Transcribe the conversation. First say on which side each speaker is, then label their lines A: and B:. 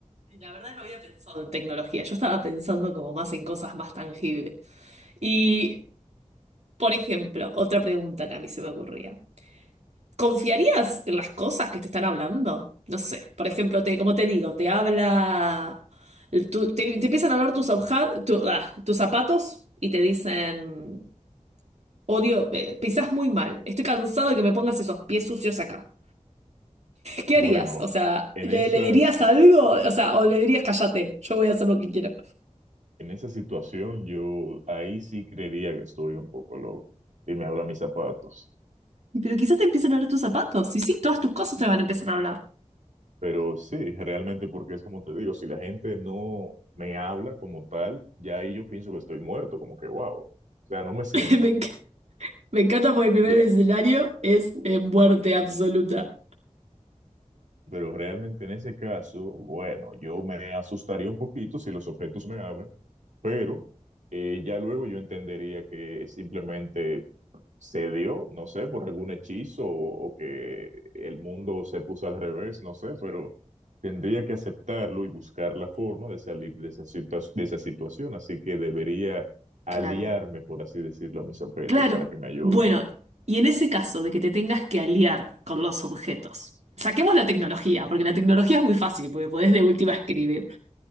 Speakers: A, on the right; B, on the right.
A: La verdad no había pensado en tecnología. Yo estaba pensando como más en cosas más tangibles. Y, por ejemplo, otra pregunta que a mí se me ocurría. ¿Confiarías en las cosas que te están hablando? No sé, por ejemplo, te, como te digo, te habla, tu- te, te empiezan a hablar tus, obja- tu- ah, tus zapatos y te dicen, odio, eh, pisás muy mal, estoy cansado de que me pongas esos pies sucios acá. ¿Qué
B: Bueno,
A: harías? O sea,
B: en
A: ¿le,
B: esas,
A: le dirías algo? O sea, o le dirías, cállate, yo voy a hacer lo que quiero.
B: en esa situación yo ahí sí creería que estoy un poco loco y me hablan mis zapatos.
A: Pero quizás te empiezan a hablar tus zapatos. Y sí, todas tus cosas te van a empezar a hablar.
B: Pero sí, realmente porque es como te digo, si la gente no me habla como tal, ya ahí yo pienso que estoy muerto, como que wow. O sea, no me siento.
A: <laughs> Me, enc- me encanta porque el primer
B: Ya
A: escenario es eh, muerte absoluta.
B: Pero realmente en ese caso, bueno, yo me asustaría un poquito si los objetos me hablan, pero eh, ya luego yo entendería que simplemente se dio, no sé, por algún hechizo o, o que el mundo se puso al revés, no sé, pero tendría que aceptarlo y buscar la forma de salir de esa situa- de esa situación. Así que debería aliarme,
A: Claro.
B: por así decirlo, a mis objetos
A: Claro.
B: para que me ayuden.
A: Bueno, y en ese caso de que te tengas que aliar con los objetos, saquemos la tecnología, porque la tecnología es muy fácil, porque podés de última escribir.